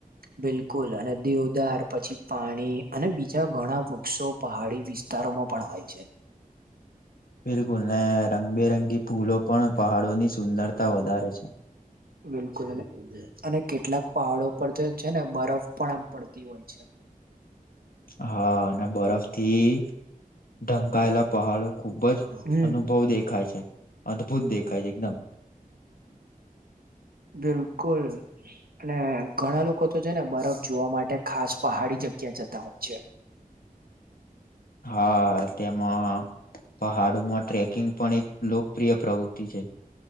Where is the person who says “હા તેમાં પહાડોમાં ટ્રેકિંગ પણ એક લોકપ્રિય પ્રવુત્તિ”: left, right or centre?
Left